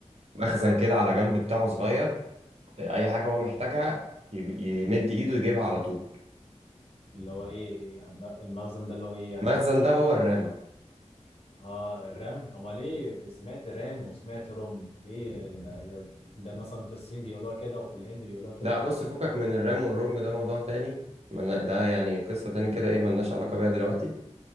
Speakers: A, on the right (about 60°); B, on the left (about 55°).
A: مخزن كده على جنب بتاعه صغير آه، اي حاجة هو محتاجها يب- يمد ايده يجيبها على طول
B: اللي هو ايه يعني المخزن ده اللي هو ايه يعني
A: المخزن ده هو الرامة
B: اه الرام امال ايه سمعت رام وسمعت روم ايه ده ده مثلا في الصين بيقولوها كده وفي الهند بيقولوها كده
A: لا بص فكك من الرام والروم ده موضوع تاني ملنا- ده يعني قصة تاني كده ايه ملناش علاقة بيها دلوقتي